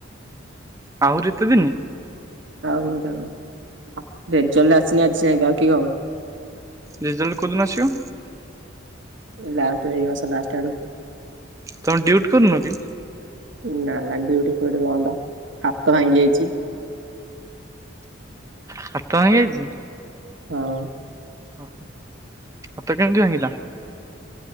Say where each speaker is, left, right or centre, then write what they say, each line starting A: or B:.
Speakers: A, on the right (about 15°); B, on the right (about 70°).
A: ଆହୁରି ଏତେ ଦିନି?
B: ଆଉ ମୁଁ <unintelligible> ରେଜଲ୍ଟ ଆସିନି ଆଜି ଯାଇଁକା ଆଉ କି ହବ।
A: ରେଜଲ୍ଟ କୋଉଦିନ ଆସିବ?
B: ଲାଷ୍ଟ ଏଇ ମାସ ଲାଷ୍ଟ ଆଡୁ।
A: ତମେ ଡି୍ୟୁଟି କରୁନ କି?
B: ନା କା ଡିଉଠି କଉଠି ବନ୍ଦ ହାତ ଭାଙ୍ଗି ଯାଇଛି।
A: ହାତ ଭଇ ଯାଇଛି।
B: ହଁ।
A: ଓହୋ ହତ କେମିତି ଭାଙ୍ଗିଲା?